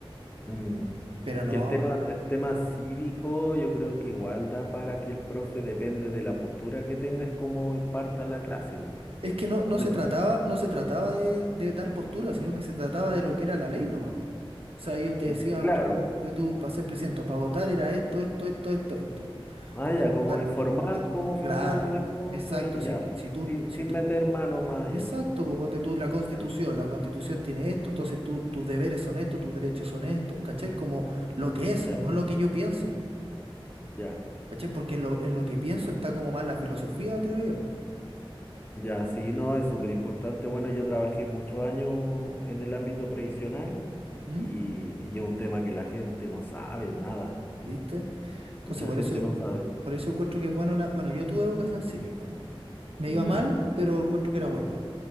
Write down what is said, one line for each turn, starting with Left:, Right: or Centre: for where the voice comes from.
Left: Mm,
Right: Pero no,
Left: Que el tema, el tema cívico, yo creo que igual da para que el profe, depende de la postura que tenga, es cómo imparta la clase, po.
Right: Es que no, no
Left: Muy
Right: se trataba, no se trataba de, de dar postura, sino que se trataba de lo que era la ley nomás. po. O sea, ellos te
Left: c-
Right: decían,
Left: claro.
Right: tú, tú, tú, para ser presidente, para votar era esto, esto, esto, esto, esto.
Left: Ah,
Right: ¿Cachai?
Left: ya, como
Right: Pa-
Left: informar
Right: si tú-
Left: cómo
Right: claro,
Left: funcionan las cosas
Right: exacto.
Left: y
Right: Si,
Left: ya.
Right: si tú,
Left: Sin,
Right: si
Left: sin
Right: tú,
Left: meter mano más allá.
Right: exacto, pues ponte tú la constitución,
Left: Ya,
Right: la constitución tiene esto, entonces tú, tus deberes son estos, tus derechos son estos, ¿cachai? Como lo que es,
Left: ya,
Right: no lo que yo pienso, po,
Left: ya.
Right: ¿cachai? Porque en lo, en lo que pienso está como más la filosofía, creo yo. po.
Left: Ya, sí, no, es súper importante. Bueno, yo trabajé muchos años en el ámbito previsional
Right: ¿Mm?
Left: y, y es un tema que la gente no sabe nada.
Right: ¿Viste? Entonces,
Left: Mucha
Right: por
Left: gente
Right: eso.
Left: no sabe.
Right: Por eso encuentro que es bueno la... Bueno, yo tuve educación cívica. Me
Left: Ya.
Right: iba mal, pero encuentro que era bueno.